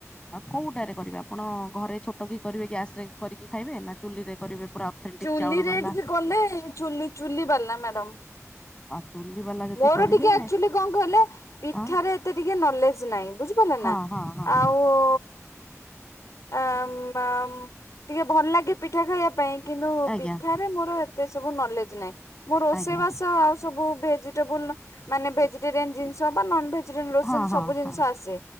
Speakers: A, on the left; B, on the left.
A: କୋଉଟାରେ କରିବେ ଆପଣ ଘରେ ଛୋଟ କି କରିବେ ଗ୍ୟାସ ରେ କରିକି ଖାଇବେ ନା ଚୁଲି ରେ କରିବେ? ପୁରା ଅଥେଣ୍ଟିକ
B: ଚୁଲିରେ
A: ଚାଉଳ ବାଲା
B: ଟିକେ କଲେ ଚୁଲି ଚୁଲି ବାଲା ମ୍ୟାଡ଼ାମ।
A: ଆଉ ଚୁ୍ଲି ବାଲା ଯଦି
B: ମୋର
A: କରିବେ
B: ଟିକେ ଆକ୍ଟୁଲି କଁ କହିଲେ ପିଠାରେ
A: ହଁ
B: ଏତେ ଟିକେ ନଲେଜ୍ ନାଇଁ ବୁଝିପାରିଲେ
A: ହଁ
B: ନା
A: ହଁ ହଁ
B: ଆଉ ଓ ଆମ୍ ଆମ୍ ଟିକେ ଭଲ ଲାଗେ ପିଠା ଖାଇବା ପାଇଁ କିନ୍ତୁ
A: ଆଜ୍ଞା
B: ପିଠାରେ ମୋର ଏତେ ସବୁ ନଲେଜ୍ ନାଇଁ ମୁଁ ରୋଷେଇ
A: ଆଜ୍ଞା
B: ବାସ ଆଉ ସବୁ ଭେଜେ ଉନ ମାନେ ଭେଜିଟେରିଆନ୍ ଜିନିଷ ବା ନନ୍ ଭିଜିଟେରି ରୋଷେଇ
A: ହଁ ହଁ
B: ସବୁ ଜିନିଷ
A: ହଁ
B: ଆସେ